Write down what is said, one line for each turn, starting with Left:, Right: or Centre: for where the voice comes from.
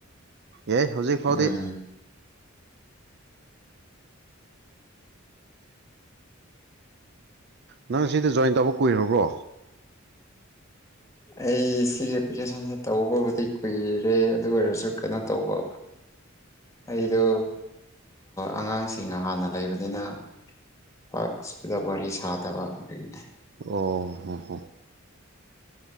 Right: ꯌꯥꯏ ꯍꯧꯖꯤꯛ ꯐꯥꯎꯗꯤ
Left: ꯎꯝ
Right: ꯅꯪ ꯁꯤꯗ ꯖꯣꯏꯟ ꯇꯧꯕ ꯀꯨꯏꯔꯕ꯭ꯔꯣ
Left: ꯑꯩ ꯁꯤꯒꯤ ꯑꯦꯄ꯭ꯂꯤꯀꯦꯁꯟꯁꯦ ꯇꯧꯕꯕꯨꯗꯤ ꯀꯨꯏꯔꯦ ꯑꯗꯨ ꯑꯣꯏꯔꯁꯨ ꯀꯩꯅꯣ ꯇꯧꯕ ꯑꯩꯗꯣ ꯑꯉꯥꯡꯁꯤꯡ ꯍꯥꯟꯅ ꯂꯩꯕꯅꯤꯅ ꯄꯥꯛ ꯁꯤꯗ ꯋꯥꯔꯤ ꯁꯥꯗꯕ ꯑꯗꯨꯒꯤꯅꯦ
Right: ꯑꯣ ꯍ ꯍ